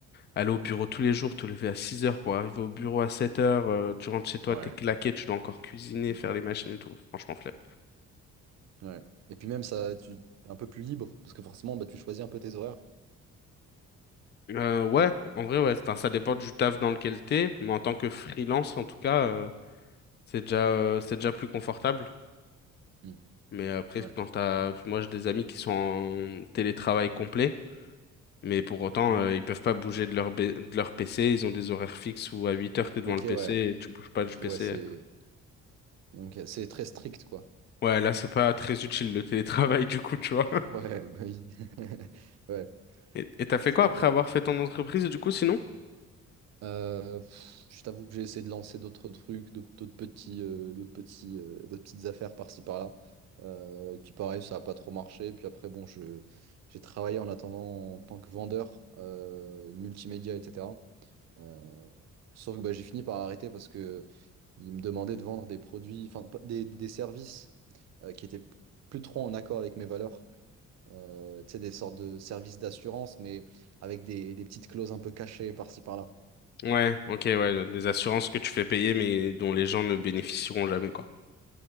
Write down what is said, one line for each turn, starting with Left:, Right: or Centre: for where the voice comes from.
Left: aller au bureau tous les jours, te lever à 6 heures pour arriver au bureau à 7 heures, euh, tu rentres chez toi,
Right: Ouais.
Left: t'es claqué, tu dois encore cuisiner,
Right: Mm.
Left: faire les machines et tout. Franchement, flemme.
Right: Ouais. Et puis même ça, tu es un peu plus libre parce que forcément, bah tu choisis un peu tes horaires.
Left: Euh, ouais, en vrai, ouais. Enfin, ça dépend du taf dans lequel t'es, mais en tant que freelance, en tout cas, euh, c'est déjà, euh, c'est déjà plus confortable.
Right: Mm.
Left: Mais après,
Right: Ouais.
Left: quand t'as, moi, j'ai des amis qui sont en télétravail complet. Mais pour autant,
Right: Mhm.
Left: euh, ils peuvent pas bouger de leur, B- de leur PC. Ils ont des horaires fixes où à 8 heures, t'es devant
Right: Ok,
Left: le PC
Right: ouais.
Left: et tu bouges pas
Right: Ok,
Left: du PC.
Right: ouais, c'est donc c'est très strict quoi.
Left: Ouais, là, c'est pas très utile le télétravail, <laughs> du coup, tu vois.
Right: Ouais, bah oui. <laughs> Ouais,
Left: Et et t'as
Right: c'est.
Left: fait quoi après avoir fait ton entreprise, du coup, sinon?
Right: Euh, pff, je t'avoue que j'ai essayé de lancer d'autres trucs, d'autres d'autres petits, euh, d'autres petits, euh, d'autres petites affaires par-ci par-là, euh, qui pareil, ça n'a pas trop marché. Puis après, bon, je, j'ai travaillé en attendant en tant que vendeur, euh, multimédia, etc. Euh, sauf que bah, j'ai fini par arrêter parce que ils me demandaient de vendre des produits, enfin pas- des, des services euh, qui étaient plus trop en accord avec mes valeurs. Euh, tu sais, des sortes de services d'assurance, mais avec des, des petites clauses un peu cachées par-ci par-là.
Left: Ouais, ok, ouais, des assurances que tu fais payer, mais dont les gens ne bénéficieront jamais, quoi.